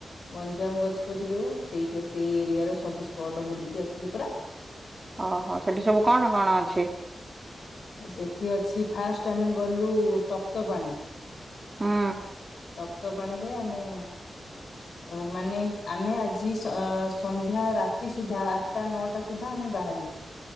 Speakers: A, on the left; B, on the right.
A: ଗଞ୍ଜାମ ଗଜପତି ଯୋଉ ସେଇଟା ସେଇ ଏରିଆ ର ସବୁ ସ୍ପଟ ବୁଲିକି ଆସିଲୁ ପରା।
B: ଓହୋ ସେଠି ସବୁ କଣ କଣ ଅଛି?
A: ସେଠି ଅଛି ଫାଷ୍ଟ ଆମେ ଗଲୁ ତପ୍ତ ପାଣି
B: ହୁଁ।
A: ତପ୍ତ ପାଣିରେ ଆମେ ଆଉ ମାନେ ଆମେ ଆଜି ସ ସନ୍ଧ୍ୟା ରାତି ସୁଦ୍ଧା ଆଠଟା ନଅଟା ସୁଧା ସୁଦ୍ଧା ଆମେ ବାହାରିଲୁ